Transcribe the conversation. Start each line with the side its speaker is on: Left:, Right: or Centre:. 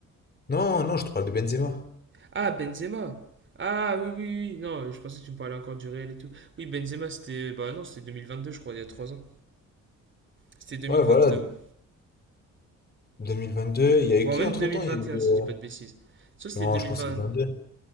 Left: Non, non, je te parle de Benzema.
Right: Ah, Benzema. Ah, oui, oui, oui. Non, je pensais que tu me parlais encore du Real et tout. Oui, Benzema, c'était. Bah non, c'était deux mille vingt deux je crois, il y a 3 ans. C'était 2022,
Left: Ouais, voilà,
Right: ouais.
Left: 2022. Il y a eu
Right: Ou alors
Left: qui
Right: même
Left: entre-temps?
Right: deux mille vingt
Left: Il y a eu.
Right: et un si
Left: euh,
Right: je dis pas de bêtises. Soit c'était
Left: Non,
Right: deux
Left: je
Right: mille
Left: pense
Right: vingt
Left: que c'est 22.